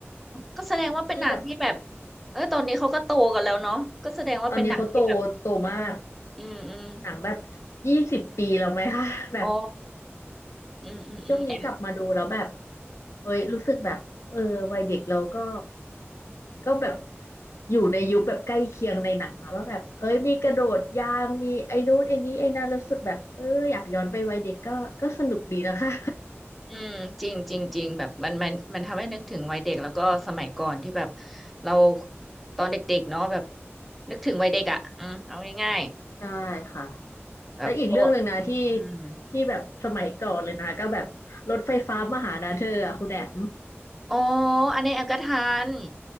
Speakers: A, in the centre; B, on the left.
A: ก็แสดงว่าเป็นหนังที่แบบ
B: ที่แบบ
A: เออตอนนี้เขาก็โตกันแล้วเนาะก็แสดงว่าเป็นหนังที่แบบเออ
B: ตอนนี้เขาโตโตมาก
A: อืมอืม
B: หนังแบบยี่สิบปีแล้วไหมคะแบบ
A: อ๋ออืมอืมอืมแอ
B: ช่วงนี้กลับมาดูแล้วแบบเอ้ยรู้สึกแบบเออวัยเด็กเราก็ก็แบบอยู่ในยุคแบบใกล้เคียงในหนังอะว่าแบบเอ้ยมีกระโดดยางมีไอ้นู้นไอ้นี้ไอ้นั้นแล้วรู้สึกแบบเอออยากย้อนไปวัยเด็กก็ก็สนุกดีนะคะ
A: อืมจริงจริงจริงแบบมันมันมันทำให้นึกถึงวัยเด็กแล้วก็สมัยก่อนที่แบบเราตอนเด็กๆเนาะแบบนึกถึงวัยเด็กอ่ะอืมเอาง่าย
B: <laughs> ใช่ค่ะ
A: ๆแบบโอ้
B: แล้วอีกเรื่องหนึ่งนะที่
A: อืม
B: ที่แบบสมัยก่อนเลยนะก็แบบรถไฟฟ้ามาหานะเธออะคุณแอม
A: อ๋ออันนี้แอมก็ทัน